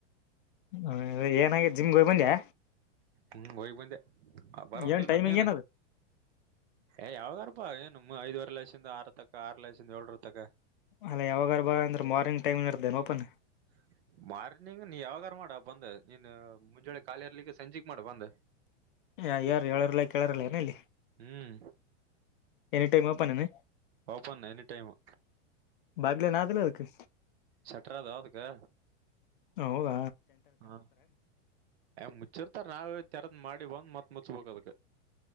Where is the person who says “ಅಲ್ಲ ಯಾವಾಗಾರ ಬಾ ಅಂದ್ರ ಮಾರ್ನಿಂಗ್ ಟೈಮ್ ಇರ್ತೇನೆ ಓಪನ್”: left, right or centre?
Left